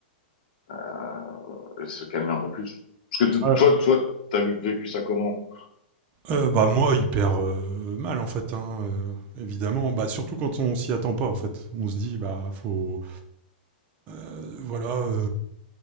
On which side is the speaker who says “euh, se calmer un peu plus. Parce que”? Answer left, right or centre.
Left